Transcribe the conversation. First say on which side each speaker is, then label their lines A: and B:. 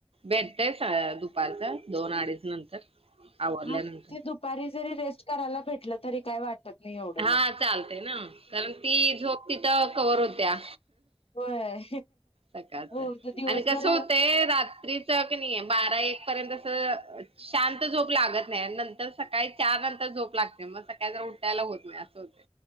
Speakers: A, on the right (about 85°); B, on the left (about 80°).
A: भेटतय दुपारच दोन, अडीच नंतर आवरल्यानंतर
B: हा ते दुपारी जरी रेस्ट करायला भेटलं तरी काय वाटत नाही एवढं
A: हा
B: मग
A: चालते कारण ती झोप तिथ कवर होत्या.
B: होय.
A: सकाळच
B: हो दिवसभर
A: आणि कस होतंय रात्रीच की नाही बारा एक पर्यंत <unintelligible> शांत झोप लागत नाही नंतर सकाळी चार नंतर झोप लागते मग सकाळी जर उठायला होत नाही असं होतय.